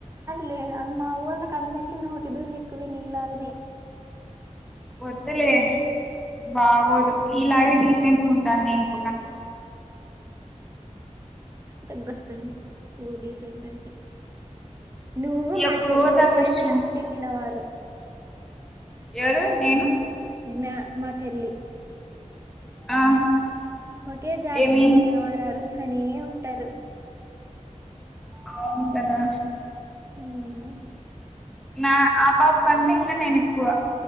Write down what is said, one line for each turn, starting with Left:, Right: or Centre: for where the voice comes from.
Right: లేదు మా వోళ్ళకి అందరికి నోటిదూలే ఎక్కువ నీలాగనే
Centre: వద్దులే బాగోదు ఇలాగే డీసెంట్ గా ఉంటాను నేను కూడా
Right: దగ్గొస్తుంది నువ్వు డీసెంట్ అంటే నువ్వు మా
Centre: ఎప్పుడు
Right: చెల్లి
Centre: పోతారు
Right: ఒకే
Centre: ఫస్ట్
Right: జాతికి చెందినవారు
Centre: ఎవరు నేను
Right: నా మా చెల్లి
Centre: ఆ
Right: ఒకే జాతికి
Centre: ఏమి
Right: చెందిన వారు అరుస్తనే ఉంటారు
Centre: అవును కదా
Right: హ్మ్
Centre: నా ఆ పాప కంటే ఇంగ నేను ఎక్కువ